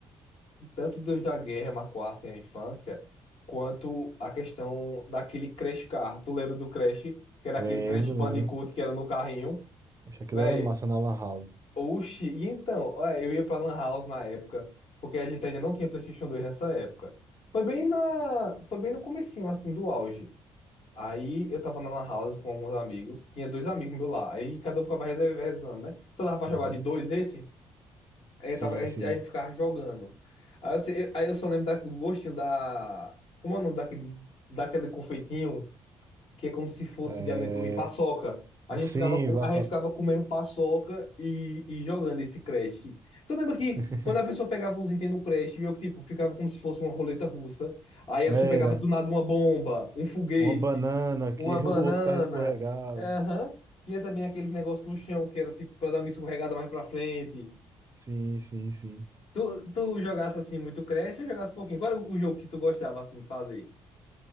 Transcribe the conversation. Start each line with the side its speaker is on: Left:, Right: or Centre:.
Left: tanto Deus da Guerra marcassem a infância, quanto a questão daquele Crash Car. Tu lembra do Crash? Que era
Right: Lembro,
Left: aquele Crash Bandicoot
Right: lembro.
Left: que era no carrinho?
Right: Acho que aquilo
Left: Véi,
Right: era massa na Lan House.
Left: oxi, e então, olha, eu ia pra Lan House na época, porque a gente ainda não tinha PlayStation 2 nessa época. Foi bem na, foi bem no comecinho, assim, do auge. Aí eu tava na Lan House com alguns amigos, tinha dois amigos meus lá, aí cada um ficava reservando, né? Só dava pra
Right: Aham.
Left: jogar de dois esse? Aí
Right: Sim,
Left: Eu tava, a gente,
Right: sim.
Left: a gente ficava jogando. Aí eu, sei- aí eu só lembro da- do gostinho da. Como é o nome daquele, daquele confeitinho que é como se fosse
Right: É...
Left: de amendoim, paçoca. A gente
Right: Sim,
Left: ficava, co-
Right: Vassoca.
Left: a gente ficava comendo paçoca e, e jogando esse Crash. Tu lembra que
Right: <laughs>
Left: quando a pessoa pegava uns itens no Crash, meio que tipo, ficava como se fosse uma roleta russa. Aí a
Right: Era
Left: pessoa pegava do nada uma bomba, um foguete,
Right: uma banana que
Left: uma banana.
Right: o outro carro escorregava.
Left: Aham. Tinha também aquele negócio no chão que era tipo pra dar uma escorregada mais pra frente.
Right: Sim, sim, sim.
Left: Tu, tu jogasse assim muito Crash ou jogasse um pouquinho? Qual era o jogo que tu gostava assim de fazer?